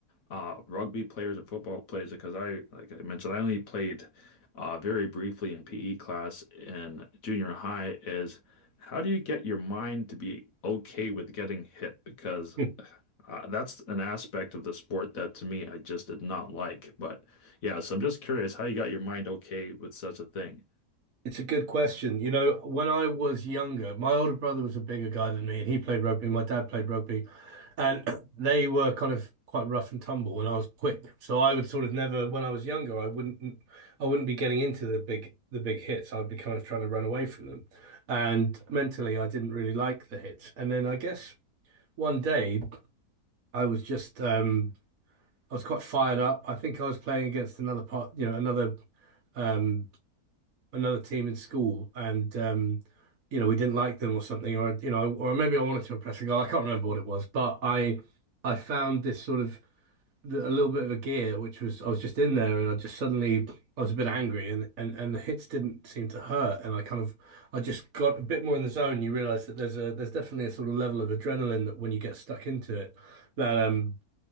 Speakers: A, on the left; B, on the right.
A: uh, rugby players and football players, because I, like I mentioned, I only played uh, very briefly in PE class in junior high, is how do you get your mind to be okay with getting hit? Because
B: <laughs>
A: uh, that's an aspect of the sport that to me I just did not like. But yeah, so I'm just curious how you got your mind okay with such a thing.
B: It's a good question. You know, when I was younger, my older brother was a bigger guy than me, and he played rugby. My dad played rugby, and <clears throat> they were kind of quite rough and tumble, and I was quick. So I would sort of never, when I was younger, I wouldn't, I wouldn't be getting into the big, the big hits. I would be kind of trying to run away from them, and mentally, I didn't really like the hits. And then I guess one day, I was just, um, I was quite fired up. I think I was playing against another part, you know, another. um another team in school, and um, you know we didn't like them or something, or you know, or maybe I wanted to impress a girl. I can't remember what it was, but I I found this sort of th- a little bit of a gear, which was I was just in there, and I just suddenly I was a bit angry, and and and the hits didn't seem to hurt, and I kind of I just got a bit more in the zone. You realize that there's a there's definitely a sort of level of adrenaline that when you get stuck into it, that um.